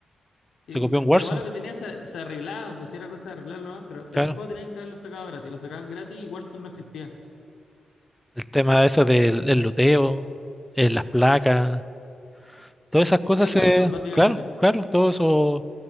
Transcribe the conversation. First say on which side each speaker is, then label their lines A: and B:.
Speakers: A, on the left; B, in the centre.
A: Sí,
B: Se
A: bo,
B: copió en
A: que
B: Warzone,
A: lo malo que tenía se, se arreglaba, pues si era cosa de arreglarlo nomás, pero
B: claro.
A: ese juego tenían que haberlo sacado gratis, lo sacaban gratis y Warzone no existía.
B: El tema de eso del el luteo, eh, las placas. Todas esas cosas
A: Es Warzone,
B: se,
A: básicamente.
B: claro, claro, todo eso